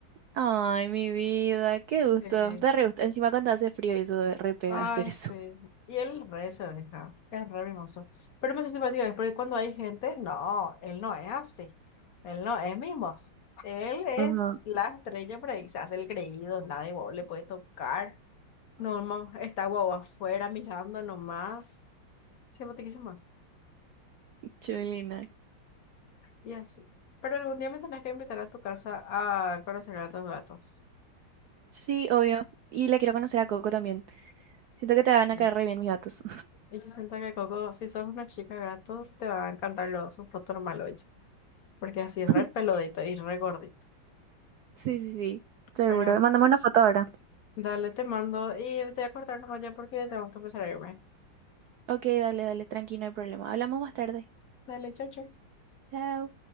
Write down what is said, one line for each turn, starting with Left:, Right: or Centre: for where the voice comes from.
Right: Ay, mi vida, qué
Left: Sí.
Right: gusto. Da re gusto. Encima cuando hace frío y eso da re pega
Left: Ay,
Right: hacer eso.
Left: sí. Y él re se deja. Es re mimoso. Pero me hace simpático es porque cuando hay gente, no, él no es así. Él no es mimoso. Él es
Right: Ajá.
Left: la estrella, pero ahí se hace el creído, nadie guau, le puede tocar. No, no, está guau afuera mirando nomás. Simpaticísimo más.
Right: Chulina.
Left: Y así. Pero algún día me tenés que invitar a tu casa a conocer a tus gatos.
Right: Sí, obvio. Y le quiero conocer a Coco también. Siento que te
Left: Sí.
Right: van a caer re bien mis gatos.
Left: Y yo siento que Coco, si sos una chica de gatos, te va a encantar los, su foto normal, porque así es
Right: <laughs>
Left: re peludito y re gordito.
Right: Sí, sí, sí, seguro.
Left: Pero
Right: Mándame una foto ahora.
Left: dale, te mando y te voy a cortar nomás ya porque tengo que empezar a irme.
Right: Ok, dale, dale, tranqui, no hay problema. Hablamos más tarde.
Left: Dale, chau, chau.
Right: Chao.